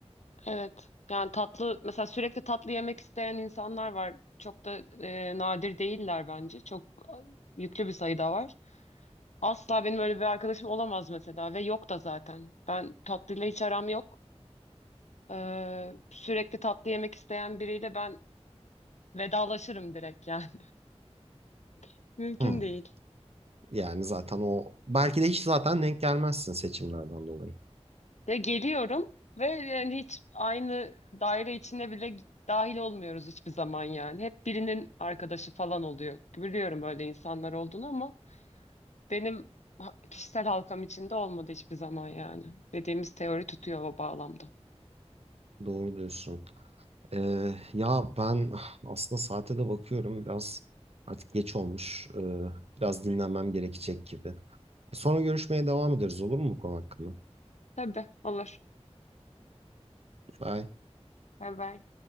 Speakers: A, on the left (about 85°); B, on the right (about 65°).
A: Evet. Yani tatlı mesela sürekli tatlı yemek isteyen insanlar var. Çok da e, nadir değiller bence. Çok e, yüklü bir sayıda var. Asla benim öyle bir arkadaşım olamaz mesela ve yok da zaten. Ben tatlıyla hiç aram yok. E, sürekli tatlı yemek isteyen biriyle ben vedalaşırım direkt yani. <laughs> Mümkün
B: Hı.
A: değil.
B: Yani zaten o belki de hiç zaten denk gelmezsin seçimlerden dolayı.
A: Ya geliyorum ve yani hiç aynı daire içine bile dahil olmuyoruz hiçbir zaman yani. Hep birinin arkadaşı falan oluyor. Biliyorum öyle insanlar olduğunu ama benim ha- kişisel halkam içinde olmadı hiçbir zaman yani. Dediğimiz teori tutuyor o bağlamda.
B: Doğru diyorsun. Ee, ya ben ah, aslında saate de bakıyorum biraz artık geç olmuş. Ee, biraz dinlenmem gerekecek gibi. E, sonra görüşmeye devam ederiz olur mu bu konu hakkında?
A: Tabii olur.
B: Bye.
A: Bay bay.